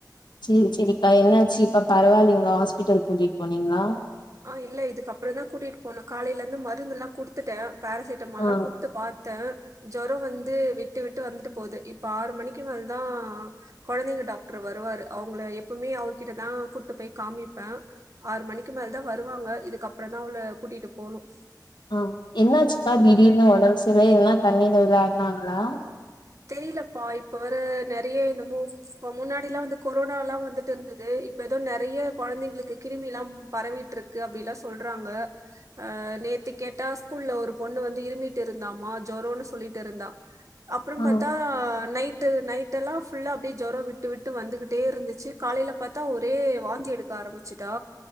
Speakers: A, on the left; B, on the right.
A: சேரி சேரிக்கா என்னாச்சு இப்ப பரவாயில்லைங்களா ஹாஸ்பிட்டல் கூட்டிட்டு போனீங்களா
B: ஆஹ் இல்ல இதுக்கு அப்புறம் தான் கூட்டிட்டு போகனும் காலையில இருந்து மருந்து எல்லாம் குடுத்துட்டேன் பாரசிட்டமால் எல்லாம்
A: ஆ
B: குடுத்து பார்த்த ன் ஜொரம் வந்து விட்டு விட்டு வந்துட்டு போகுது இப்ப ஆறு மணிக்கு மேல தான் குழந்தைங்க டாக்டர் வருவாரு அவங்கள எப்பவுமே அவகிட்டதான் கூட்டு போய் காமிப்பேன் ஆறு மணிக்கு மேல தா தான் வருவாங்க இதுக்கு அப்புறோ தான் அவள கூட்டிட்டு போகணும்
A: ஆஹ் என்னாச்சுக்கா திடீர்னு உடம் சர்ல என்னா தண்ணில எதும் விளாடுனாங்களா
B: தெரியலப்பா இப்ப வர நிறைய என்னமோ இப்ப முன்னாடிலாம் வந்து கொரோனாலாம் வந்துட்டு இருந்தது இப்ப ஏதோ நிறைய குழந்தைங்களுக்கு கிருமிலாம் பரவிட்டு இருக்கு அப்படில்லாம் சொல்றாங்க அஹ் நேத்து கேட்டா ஸ்கூல்ல ஒரு பொண்ணு வந்து இருமிட்டு இருந்தாமா ஜொரோன்னு சொல்லிட்டு இருந்தா அப்பரோம்
A: ஆ
B: பாத் தா நைட்டு நைட் ட்டெல்லா ஃபுல்லா அப்படியே ஜுரம் விட்டு விட்டு வந்துகிட்டே இருந்துச்சு காலையில பார்த்தா ஒரே வாந்தி எடுக்க ஆரம்பிச்சுட்டா